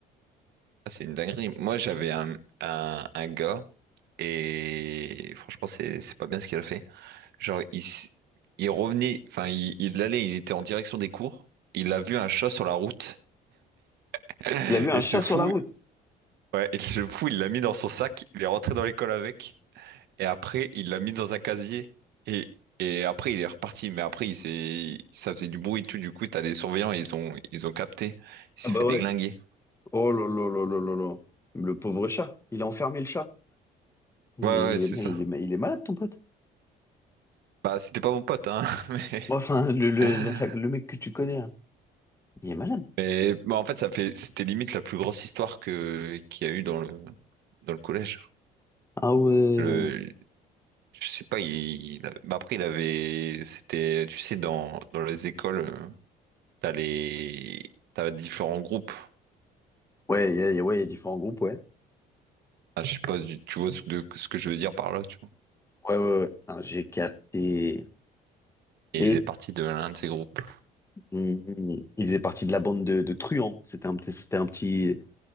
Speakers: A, on the right; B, on the left.
A: Ah, C'est une dinguerie. Moi, j'avais un, un, un gars et franchement, c'est c'est pas bien ce qu'il a fait. Genre, il, s- il revenait, enfin, il, il allait, il était en direction des cours. Il a vu un chat sur la route <laughs>
B: Il a vu un
A: et
B: chat
A: ce fou,
B: sur la route.
A: ouais, <laughs> et ce fou, il l'a mis dans son sac. Il est rentré dans l'école avec et après, il l'a mis dans un casier et et après, il est reparti. Mais après, il s'est, ça faisait du bruit et tout. Du coup, t'as des surveillants, et ils ont ils ont capté. Il s'est
B: Ah bah
A: fait déglinguer.
B: ouais. Oh là là là là là là. Le pauvre chat. Il a enfermé le chat. Il,
A: Ouais, ouais,
B: il
A: c'est ça.
B: est, il est malade, ton pote.
A: Bah, c'était pas mon pote, hein, <laughs>
B: Ouais, Enfin, le, le,
A: mais.
B: la- la- le mec que tu connais, là, il est malade.
A: Mais bah, en fait, ça fait, c'était limite la plus grosse histoire que qu'il y a eu dans le dans le collège.
B: Ah ouais.
A: Le, je sais pas, il, il a- bah, après il avait, c'était, tu sais, dans dans les écoles, euh, t'as les t'as différents groupes.
B: Ouais, il y a, il y a- ouais, il y a différents groupes, ouais.
A: Ah, je sais pas, du- tu vois ce, de- ce que je veux dire par là, tu vois.
B: Ouais, ouais, ouais. Ah, j'ai capté.
A: Et
B: Et
A: il faisait partie de l'un de ces groupes.
B: il, il faisait partie de la bande de, de truands. C'était un, petit- c'était un petit,